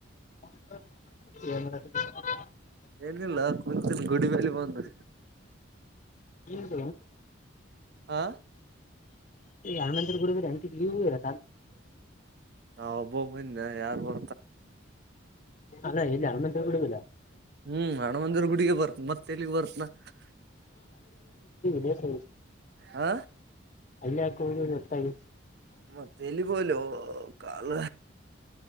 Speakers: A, on the left; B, on the right.
A: <inaudible>
B: ಏನಿಲ್ಲ ಕುಂಚಿನ ಗುಡಿ ಮೇಲೆ ಬಂದು
A: ಈಗ
B: ಹ
A: ಅರಮತ್ರ ಗುಡ ಬರ ಅಂಗಟವೂ ಇರ
B: ನಾವ ಒಬ್ಬೊ ಒಬ್ಬಂದೆ ಯಾರ್ ಹೊ
A: ಅಲ್ಲ ಎಲ್ಲಿ ಅರ ಕೊಡಲ್ಲ
B: ಹ್ಮ್ ಹಣಮಂದಿರ ಗುಡಿಗೆ ಬರ್ತನ ಮತ್ತೆ <unintelligible>
A: ದೇಶಷ್ಟ
B: ಹ
A: ಅಲ್ಲ ಹಾಕ ಹುದು ಗೊತ್ತಾಗಿ
B: ಮತ್ತೆೇಲ್ಲಿಗಲ ಕಾಲ